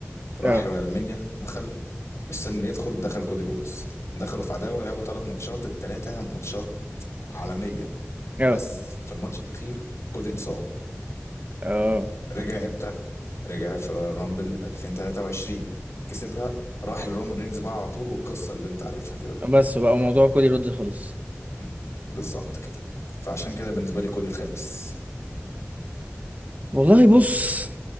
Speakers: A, on the left; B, on the right.
A: راح
B: اه
A: المنيا دخل مستني اللي يدخل دخل كودي رودز دخلوا في عداوه لعبوا ثلاث ماتشات الثلاثه ماتشات عالميه
B: اه
A: بس في الماتش الاخير كودي اتصاب
B: اه
A: رجع امتى؟ رجع في رويال رامبل 2023 كسبها راح لرومان رينز بقى على طول والقصة اللي انت عارفها دي بقى
B: بس بقى موضوع كودي رودز خلص
A: مم. بالظبط كده فعشان كده بالنسبة لي كودي الخامس
B: والله بص